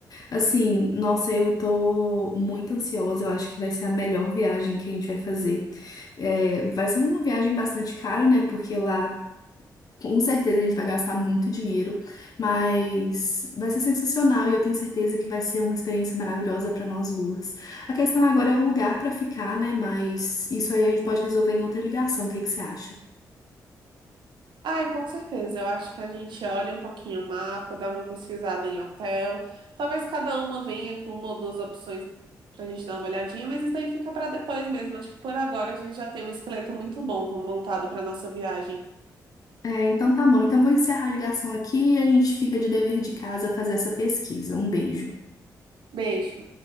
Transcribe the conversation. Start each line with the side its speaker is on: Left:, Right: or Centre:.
Left: Assim, nossa, eu tô muito ansiosa, eu acho que vai ser a melhor viagem que a gente vai fazer. É, vai ser uma viagem bastante cara, né, porque lá com certeza a gente vai gastar muito dinheiro, mas vai ser sensacional e eu tenho certeza que vai ser uma experiência maravilhosa para nós duas. A questão agora é o lugar para ficar, né? Mas isso aí a gente pode resolver em outra ligação. O que que você acha?
Right: Ai, com certeza. Eu acho que a gente olha um pouquinho o mapa, dá uma pesquisada em hotel. Talvez cada uma venha com uma ou duas opções pra gente dar uma olhadinha, mas isso daí fica pra depois mesmo. Acho que por agora a gente já tem um esqueleto muito bom montado pra nossa viagem.
Left: É, então tá bom. Então eu vou encerrar a ligação aqui e a gente fica de dever de casa fazer essa pesquisa. Um beijo.
Right: Beijo.